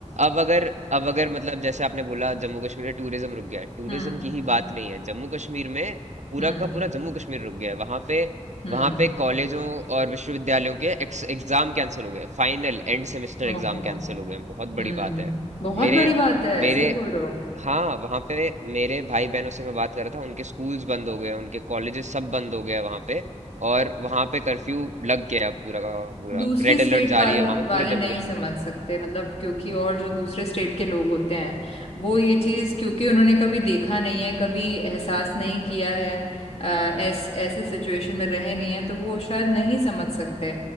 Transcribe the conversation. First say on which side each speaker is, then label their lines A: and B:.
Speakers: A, on the right; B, on the left.
A: अब अगर अब अगर मतलब जैसे आपने बोला जम्मू कश्मीर में टूरिज्म रुक गया है टूरिज्म
B: हम्म
A: की ही बात नहीं है जम्मू कश्मीर में पूरा
B: हम्म
A: का पूरा जम्मू कश्मीर रुक गया है वहां पे
B: हम्म
A: वहां पे कॉलेजों और विश्वविद्यालयों के ex- एग्जाम कैंसिल हो गए final end semester
B: ओहो
A: exam cancel हो गए हैं। बहुत
B: हम्म
A: बड़ी बात है
B: बहुत
A: मेरे
B: बड़ी बात है
A: मेरे
B: सही बोल रहे हो
A: हाँ वहाँ पे मेरे भाई बहनों से मैं बात कर रहा था उनके स्कूल्स बंद हो गए उनके कॉलेजेस सब बंद हो गए वहाँ पे और वहाँ पे कर्फ्यू लग गया है पूरा का पूरा
B: दूसरी
A: रेड
B: स्टेट
A: अलर्ट
B: वाल,
A: जारी है वहाँ पे
B: वाले
A: पूरे
B: नहीं
A: जम्मू कश्मीर
B: समझ
A: में
B: सकते मतलब क्योंकि और जो दूसरे स्टेट के लोग होते हैं वो ये चीज क्योंकि उन्होंने कभी देखा नहीं है कभी एहसास नहीं किया है अ, ऐस, ऐसे सिचुएशन में रहे नहीं है तो वो शायद नहीं समझ सकते